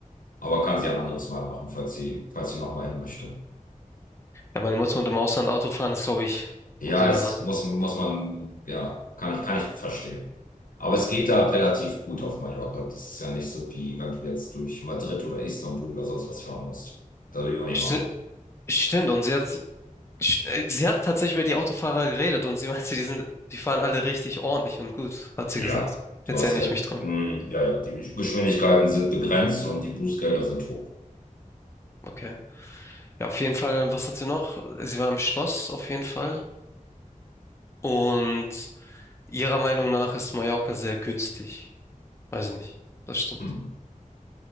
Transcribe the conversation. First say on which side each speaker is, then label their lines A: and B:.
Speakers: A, on the left; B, on the left.
A: Aber kann sie ein anderes Mal machen, falls sie, falls sie nochmal hin möchte.
B: Ja, meine Mutter und im Ausland Auto fahren ist, glaube ich,
A: Ja,
B: so eine
A: es
B: Sache.
A: muss, muss man, ja, kann ich, kann ich verstehen. Aber es geht da relativ gut auf Mallorca. Das ist ja nicht so, wie wenn du jetzt durch Madrid oder Istanbul oder sonst was fahren musst. Das will ich auch nicht
B: St
A: machen.
B: Stimmt, und sie hat, sie hat tatsächlich über die Autofahrer geredet und sie meinte, die sind, die fahren alle richtig ordentlich und gut, hat sie
A: Ja,
B: gesagt.
A: du
B: Jetzt
A: hast
B: erinnere
A: ja,
B: ich mich dran.
A: mh, ja, ja, die Geschwindigkeiten sind begrenzt und die Bußgelder sind hoch.
B: Okay. Ja, auf jeden Fall, was hat sie noch? Sie war im Schloss, auf jeden Fall. Und ihrer Meinung nach ist Mallorca sehr günstig. Weiß ich nicht. Das stimmt.
A: Hm.